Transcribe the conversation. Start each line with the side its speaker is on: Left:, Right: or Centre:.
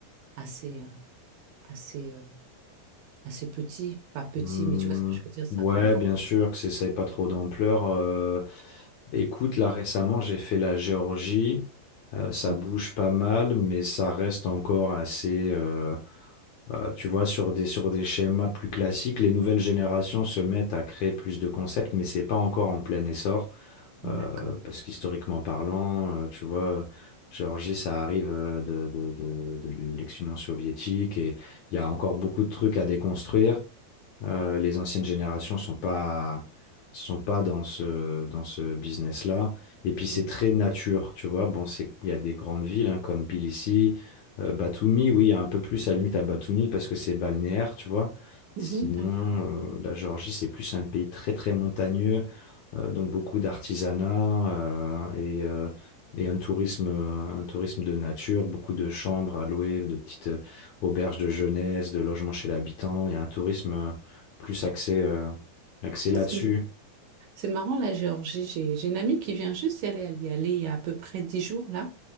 Right: assez, euh, assez, euh, assez petit? Pas petit,
Left: Hmm,
Right: mais tu vois ce que je veux dire, ça
Left: ouais,
Right: n'a pas encore.
Left: bien sûr que c'est- ça n'ait pas trop d'ampleur. euh, écoute, là récemment, j'ai fait la Géorgie. euh, ça
Right: Mm,
Left: bouge pas mal, mais ça reste encore assez, euh, euh, tu vois, sur des sur des schémas plus classiques. Les nouvelles générations se mettent à créer plus de concepts, mais c'est pas encore en plein essor.
Right: D'accord.
Left: Euh, parce qu'historiquement parlant, euh, tu vois, Géorgie, ça arrive euh, de, de, de, de l'ex-Union soviétique et il y a encore beaucoup de trucs à déconstruire. Euh, les anciennes générations sont pas sont pas dans ce dans ce business-là. Et puis c'est
Right: Mm,
Left: très nature, tu vois. Bon, c'est il y a des grandes villes hein, comme Tbilissi, euh, Batumi. Oui, il y a un peu plus à la limite à Batumi parce que c'est balnéaire, tu vois. Sinon,
Right: mhm, D'accord.
Left: euh, la Géorgie c'est plus un pays très très montagneux, euh, donc beaucoup d'artisanat euh, et euh, Et un tourisme, euh, un tourisme de nature, beaucoup de chambres à louer, de petites euh, auberges de jeunesse, de logements chez l'habitant. Il y a un tourisme plus axé, euh, axé
Right: Tiens,
Left: là-dessus.
Right: ça me- C'est marrant, la Géorgie. J'ai j'ai une amie qui vient juste y aller. Elle y allait il y a à peu près dix jours, là.